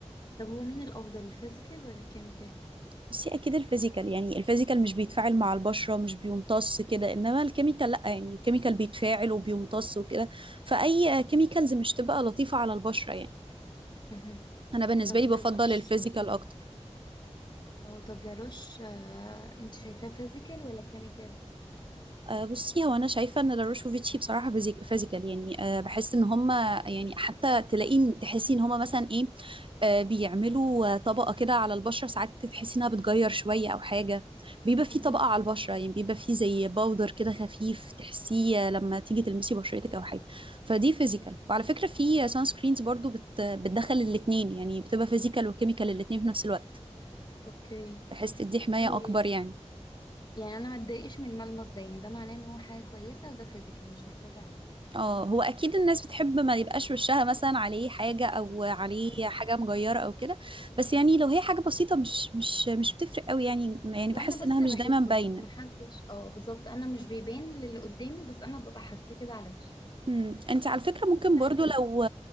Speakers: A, on the left; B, on the right.
A: طب هو مين الافضل الفيزيكال ولا الكيميكال
B: بس هي اكيد الفيزيكال يعني الفيزيكال مش بيتفاعل مع البشرة مش بيمتص كده انما الكيميكال لا يعني الكيميكال بيتفاعل وبيمتص وكده فاي كيميكالز مش تبقى لطيفة على البشرة يعني
A: مهم.
B: انا بالنسبة
A: طب
B: لي بفضل
A: لاروش
B: الفيزيكال اكتر
A: او طب لاروش آه، انت شايفاه فيزيكال ولا كيميكال
B: آه، بصي هو انا شايفه ان لاروشوفيتشي بصراحه فيزيك فيزيكال يعني أه بحس ان هم يعني حتى تلاقين تحسي ان هم مثلا ايه أه بيعملوا آه، طبقه كده على البشره ساعات تحسي انها بتغير شويه او حاجه بيبقى في
A: مهم.
B: طبقه على البشره يعني بيبقى في زي باودر كده خفيف تحسيه آه، لما تيجي تلمسي بشرتك او حاجه فدي فيزيكال وعلى فكره في سان سكرينز برضو بت بتدخل الاثنين يعني بتبقى فيزيكال وكيميكال الاثنين في نفس الوقت
A: اوكي
B: بحيث تدي حمايه
A: طيب
B: اكبر يعني
A: يعني انا ما اتضايقش من الملمس ده يعني ده معناه ان هو حاجه كويسه وده فيزيكال مش محتاجه اعيده
B: اه هو اكيد الناس بتحب ما يبقاش وشها مثلا عليه حاجه او عليه
A: مهم.
B: حاجه مجيره او كده بس يعني لو هي حاجه بسيطه مش مش مش بتفرق قوي يعني يعني بحس
A: وانا بس
B: انها مش
A: اللي بحسه
B: دايما باينه
A: بس ما حدش اه بالظبط انا مش بيبان للي قدامي بس انا ببقى حاساه كده على وشي
B: امم انت على فكره ممكن
A: بستحمله
B: برضو لو